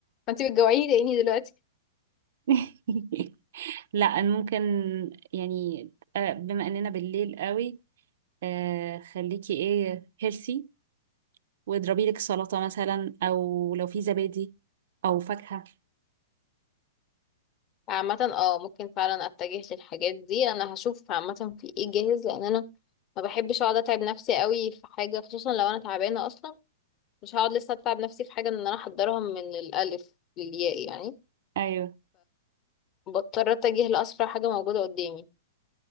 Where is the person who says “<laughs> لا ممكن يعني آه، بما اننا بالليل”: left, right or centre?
Right